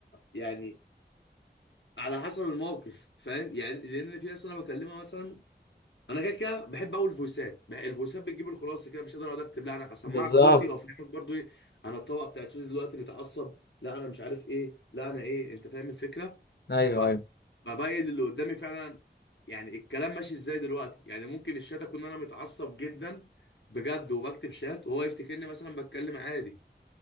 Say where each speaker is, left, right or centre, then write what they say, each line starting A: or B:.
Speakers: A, on the left; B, on the left.
A: يعني على حسب الموقف فاهم يعني لان في ناس انا بكلمها مثلا انا كده كده بحب اقول الفويسات بقى الفويسات بتجيب الخلاصه كده مش قادر اقعد اكتب لا انا اسمعك
B: بالظبط
A: صوتي وافهمك برضو ايه انا الطبقه بتاعت صوتي دلوقتي متعصب لا انا مش عارف ايه لا انا ايه انت فاهم الفكره
B: ايوه
A: ف
B: ايوه
A: ببين اللي قدامي فعلا يعني الكلام ماشي ازاي دلوقتي يعني ممكن الشات اكون انا متعصب جدا بجد وبكتب شات وهو يفتكرني مثلا بتكلم عادي